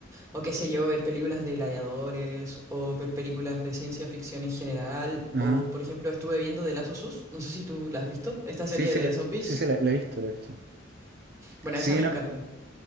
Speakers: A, on the right; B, on the right.
A: O qué sé yo, ver películas de gladiadores, o ver películas de ciencia ficción en general,
B: Ah,
A: o por ejemplo estuve viendo The Last of Us, no sé si tú la has visto, esta
B: sí,
A: serie
B: sí,
A: de
B: la,
A: zombies.
B: sí, sí, la, la he visto, la he visto.
A: Bueno,
B: Sí,
A: esa me
B: no,
A: encanta.